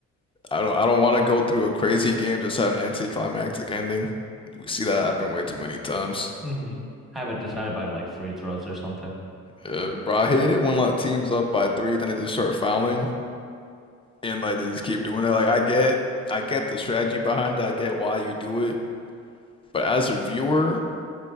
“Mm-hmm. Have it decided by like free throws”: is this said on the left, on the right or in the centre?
Centre